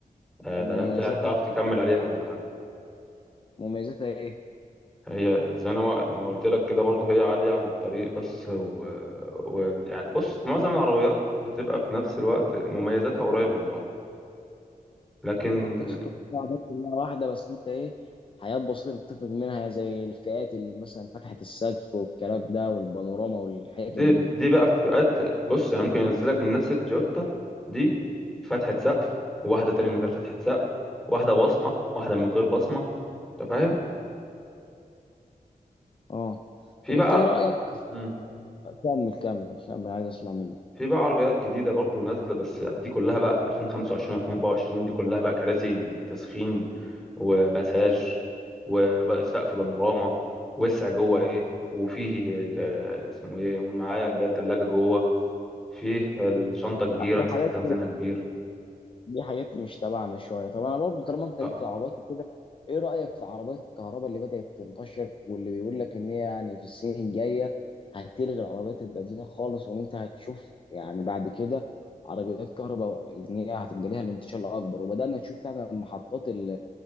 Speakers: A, in the centre; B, on the left.
A: آه،
B: طب
A: لان
B: ومميزاتها
A: انت يعني تعرف تكمل عليها ولا حاجه
B: مميزاتها ايه؟
A: هي زي انا ما ما قلت لك كده برضه هي عاليه عن الطريق بس و... و... يعني بص معظم العربيات بتبقى في نفس الوقت مميزاتها قريب من بعض لكن
B: اه تقصد تقول طبعاً بس كلها واحدة بس انت ايه حاجات بسيطة اللي بتفرق منها زي الفئات اللي مثلا فتحة السقف والكلام ده والبانوراما والحتت
A: دي
B: دي
A: دي بقى في فئات بص يعني ممكن ينزلك من نفس التويوتا دي فتحة سقف وواحده تانية من غير فتحة سقف واحده بصمه واحده من غير بصمه انت فاهم
B: اه
A: في
B: طب
A: بقى
B: انت ايه رأيك؟
A: مم.
B: كمل كمل كمل عايز اسمع منك
A: في بقى عربيات جديدة برضو نازلة بس دي كلها بقى في 2025 و2024 دي كلها بقى كراسي تسخين ومساج وبقى سقف بانوراما وسع جوه ايه وفيه تا- اسمه ايه قول معايا اللي هي التلاجة جوه فيه الشنطة كبيرة
B: لا، دي
A: مساحة
B: حاجات
A: تخزينها كبير
B: دي حاجات مش تبعنا شويه طب انا برضو طالما انت
A: آه،
B: ليك في العربيات وكده ايه رايك في عربيات الكهرباء اللي بدات تنتشر واللي بيقول لك ان هي يعني في السنين الجايه هتلغي العربيات البنزين خالص وان انت هتشوف يعني بعد كده عربيات كهرباء ان هي هتبقى ليها الانتشار الاكبر وبدانا نشوف فعلا محطات ال-